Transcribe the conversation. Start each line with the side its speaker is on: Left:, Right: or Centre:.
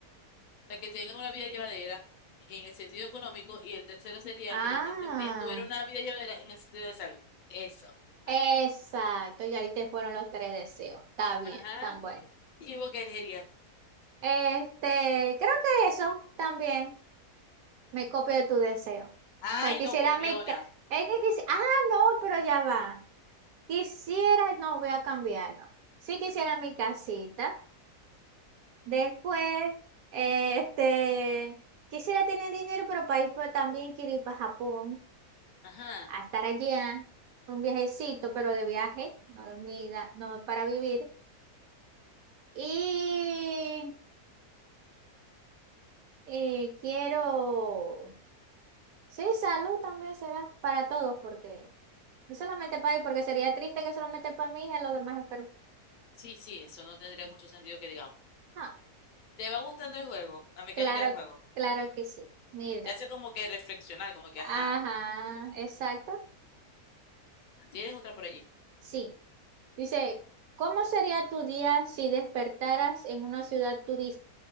Left: sea, que tengan una vida llevadera en el sentido económico y el tercero sería
Right: Ah,
Left: que los chi- tu- tuvieran una vida llevadera en el sentido de salud. Eso, así.
Right: exacto. Y ahí te fueron los tres deseos. Está bien,
Left: Ajá,
Right: tan bueno.
Left: ¿Y vos qué elegirías?
Right: Este, creo que eso también me copio de tu deseo. O
Left: Ay,
Right: sea, quisiera
Left: no, copiona.
Right: mi... ca- Es que quisi- Ah, no, pero ya va. Quisiera, no voy a cambiarlo. Sí quisiera mi casita. Después, eh, este, quisiera tener dinero, pero para ir pa- también quiero ir para Japón,
Left: ajá.
Right: a estar allá, un viajecito, pero de viaje, no de vida, no para vivir. Y eh, quiero, sí, salud también será para todos, porque no solamente para mí, porque sería triste que solamente para mí y a los demás enfermos.
Left: Sí, sí, eso no tendría mucho sentido que digamos.
Right: No,
Left: Te va gustando el juego, la mecánica
Right: claro,
Left: del juego.
Right: claro que sí. Mira.
Left: Te hace como que reflexionar, como que,
Right: Ajá,
Left: ajá,
Right: exacto.
Left: tienes otra por allí.
Right: Sí. Dice, ¿cómo sería tu día si despertaras en una ciudad turista